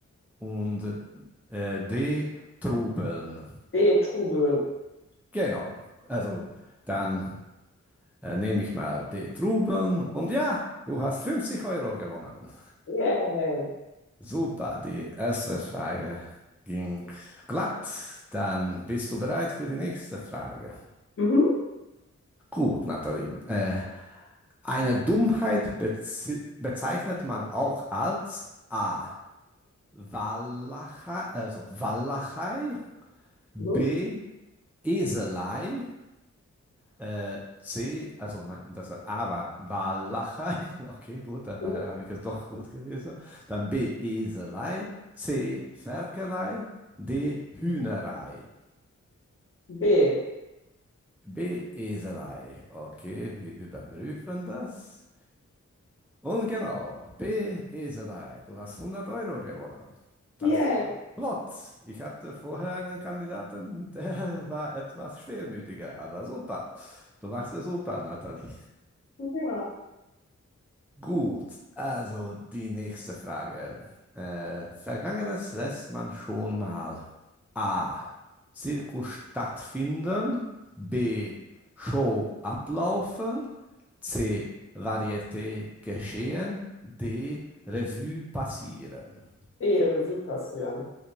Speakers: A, in the centre; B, on the left (about 45°).
A: und äh, D, trubeln.
B: B, Trubeln.
A: Genau, also dann äh, nehme ich mal D, trubeln und ja, du hast 50 Euro gewonnen.
B: Yay.
A: Super, die erste Frage ging glatt. Dann bist du bereit für die nächste Frage.
B: Mhm.
A: Gut, Nathalie. Äh, Eine Dummheit bezi- bezeichnet man auch als A. Wallachei, also Wallachei, B.
B: Mhm.
A: Eselei, äh, C. Also nein, das war A war Wallachei. <laughs> Okay, gut, dann
B: Mhm.
A: war- habe ich es doch gut gelesen. Dann B. Eselei, C. Ferkelei, D. Hühnerei.
B: B.
A: B. Eselei. Okay, wir überprüfen das. Und genau, B Beeserei, du hast 100 Euro gewonnen. Das
B: Yay.
A: geht flott. Ich hatte vorher einen Kandidaten, der <laughs> war etwas schwermütiger, aber super. Du machst es super, Nathalie.
B: Ja.
A: Gut, also die nächste Frage. Äh, Vergangenes lässt man schon mal A. Zirkus stattfinden, B. Show ablaufen, C. Varieté geschehen, D. Revue passieren.
B: E, Revue passieren.